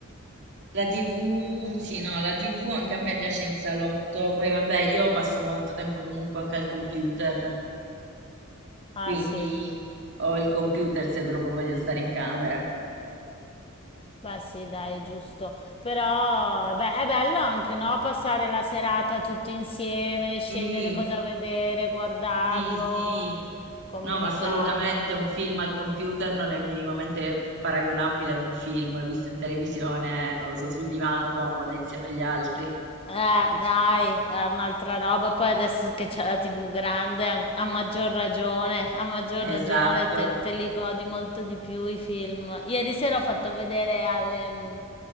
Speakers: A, on the right; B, on the left.
A: la TV, sì, no, la TV anche a me piace in salotto, poi vabbè, io passo molto tempo comunque anche al computer,
B: Ah,
A: quindi
B: sì.
A: ho il computer se proprio voglio stare in camera.
B: Beh, sì, dai, è giusto. Però, beh, è bello anche, no? Passare la serata tutti insieme, scegliere
A: Sì.
B: cosa vedere, guardarlo,
A: Sì, sì,
B: commentarlo.
A: no, ma assolutamente un film al computer non è minimamente paragonabile ad un film visto in televisione, non lo so, sul divano comoda insieme agli altri.
B: Eh, dai, è un'altra roba. Poi adesso che c'è la TV grande, an- a maggior ragione, a maggior ragione
A: Esatto.
B: te, te li godi molto di più i film. Ieri sera ho fatto vedere alle, mm,